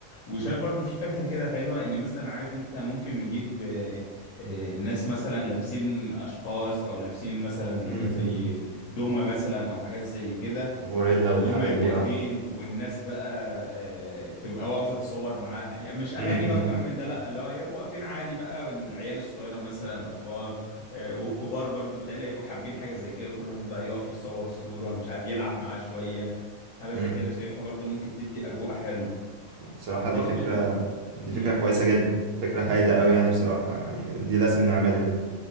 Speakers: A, on the left; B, on the right.
A: وشايف برضو في فكرة كده حلوة إن مثلا عارف أنت ممكن نجيب آه، آه، ناس مثلا لابسين أشخاص أو لابسين مثلا
B: امم
A: زي دومة مثلا أو حاجات زي كده
B: غوريلا
A: واللي
B: والحاجات
A: هم يبقوا
B: دي
A: واقفين
B: أه
A: والناس بقى آه، تبقى واقفه تصور معاها يعني مش اغاني
B: امم
A: بقى وكلام من ده لا اللي هو يبقوا واقفين عادي بقى وإن العيال الصغيره مثلا الاطفال آه، والكبار برضو بتقلي يبقوا حابين حاجه زي كده كل واحد بقى يقف يصور صوره مش عارف يلعب معاه شويه حاجه
B: امم
A: زي كده شايفها برضو ممكن تدي اجواء حلو
B: بصراحة
A: وبرضو
B: دي فكرة
A: بال...
B: دي
A: مم.
B: فكرة كويسة جدا فكرة هايلة أوي يعني بصراحة يعني دي لازم نعملها دي